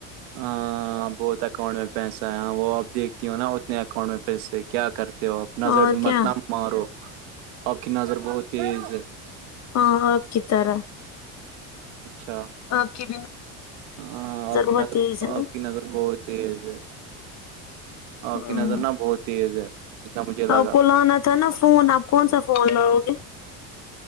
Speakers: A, on the right; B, on the left.
A: ہاں ہاں بہت اکاؤنٹ میں پیسہ ہے وہ آپ دیکھتی ہو نا اتنے اکاؤنٹ میں پیسے کیا کرتے ہو آپ نظر
B: اور کیا
A: مت نہ مارو آپ کی نظر بہت تیز ہے
B: ہاں آپ کی طرح
A: اچھا
B: آپ کی بھی
A: ہاں ہاں آپ کی
B: بہت
A: نظر
B: تیز ہے نا
A: آپ کی نظر بہت تیز ہے آپ
B: ہاں
A: کی نظر نہ بہت تیز ہے جتنا مجھے لگا
B: آپ کو لانا تھا نا فون اب کون سا فون لاؤ گے